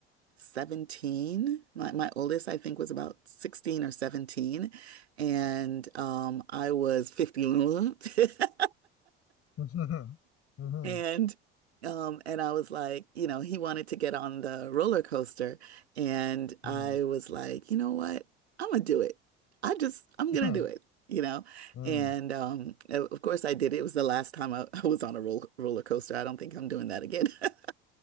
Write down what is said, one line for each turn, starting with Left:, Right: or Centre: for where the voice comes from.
Right: 17. My my oldest, I think, was about 16 or 17, and um, I was 50. <laughs>
Left: Mhm. Mhm.
Right: And um and I was like, you know, he wanted to get on the roller coaster and
Left: Mhm.
Right: I was like, you know what? I'm gonna do it. I just I'm
Left: Mhm.
Right: gonna do it, you know.
Left: Mhm.
Right: And um o- of course I did. It was the last time I, <laughs> I was on a roll, roller coaster. I don't think I'm doing that again. <laughs>